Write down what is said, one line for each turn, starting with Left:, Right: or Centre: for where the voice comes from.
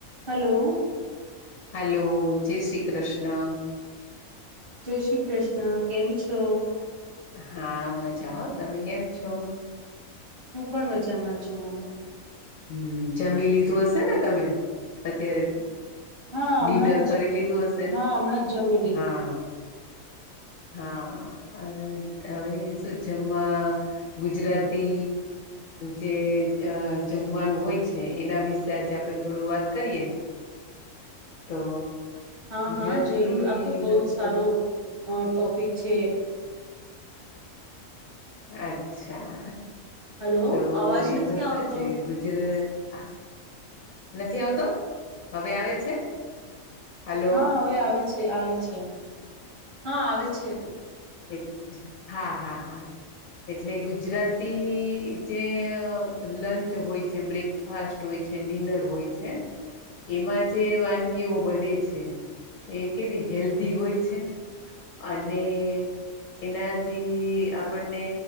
Right: Hello.
Left: Hello જય શ્રી કૃષ્ણ.
Right: જય શ્રી કૃષ્ણ કેમ છો?
Left: હા મજા હો તમે કેમ છો?
Right: હું પણ મજામાં છું.
Left: હમ જમી લીધું હશે ને તમે અત્યારે?
Right: હા
Left: ડિનર
Right: હમણાં
Left: કરી
Right: જ
Left: લીધું હશે ને
Right: હા હમણાં જ જમી લીધું
Left: હા હા અ હવે શું જેમમાં ગુજરાતી જે જમવાનું હોય છે, એના વિશે આજે આપડે થોડું વાત કરીએ તો.
Right: હા
Left: ગુજરાતી
Right: હા જરૂર આ તો બહુ
Left: લોકોને
Right: જ સારો ટોપિક છે.
Left: અચ્છા
Right: હલો
Left: તો
Right: અવાજ નથી
Left: એમાં શું
Right: આવતો
Left: છે ગુજરાત નથી આવતો હવે આવે છે? હલો
Right: હા હવે આવે છે આવે છે. હા આવે છે.
Left: એટલે હા હા હા એટલે ગુજરાતી જે લંચ હોય છે, બ્રેકફાસ્ટ હોય છે, ડિનર હોય છે, એમાં જે વાનગીઓ બને છે, એ કેવી હેલ્ધી હોય છે, અને એનાથી આપણને